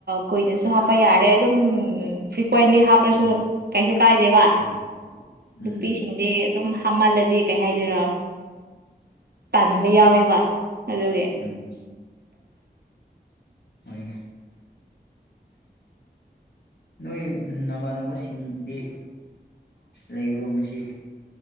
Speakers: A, on the right (about 65°); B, on the left (about 75°).
A: ꯀꯨꯏꯅꯁꯨ ꯍꯥꯞꯄ ꯌꯥꯔꯦ ꯑꯗꯨꯝ ꯎ ꯀꯣꯏꯟꯗꯤ ꯍꯥꯞꯄ꯭ꯔꯁꯨ
B: ꯎꯝ
A: ꯀꯩꯁꯨ ꯀꯥꯏꯗꯦꯕ
B: ꯎꯝ ꯎꯝ
A: ꯅꯨꯄꯤꯁꯤꯡꯗꯤ ꯑꯗꯨꯝ ꯍꯥꯞꯃꯜꯂꯗꯤ ꯀꯩ ꯍꯥꯏꯗꯣꯏꯔꯣ ꯇꯥꯅꯤꯡꯕ ꯌꯥꯎꯋꯦꯕ ꯑꯗꯨꯒꯤ
B: ꯎꯝ ꯍꯣꯏ ꯅꯣꯏ ꯅꯃꯥꯟꯅꯕꯁꯤꯡꯗꯤ ꯂꯩꯕ꯭ꯔꯣꯅ ꯁꯤ